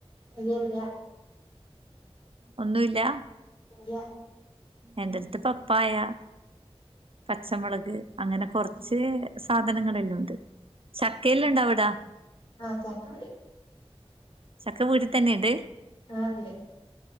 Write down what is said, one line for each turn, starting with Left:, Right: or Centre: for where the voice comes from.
Left: ഇല്ല ഇല്ല
Right: ഒന്നുല്ല
Left: ഇല്ല
Right: എന്റെ അടുത്ത് പപ്പായ പച്ചമുളക് അങ്ങനെ കൊറച്ച് സാധനങ്ങളെല്ലാം ഉണ്ട് ചക്കെല്ലാം ഉണ്ടോ അവിടെ
Left: ആഹ് ചക്ക ഉണ്ട്
Right: ചക്ക വീട്ടിൽ തന്നെ ഇണ്ട്
Left: ആഹ ഇണ്ട്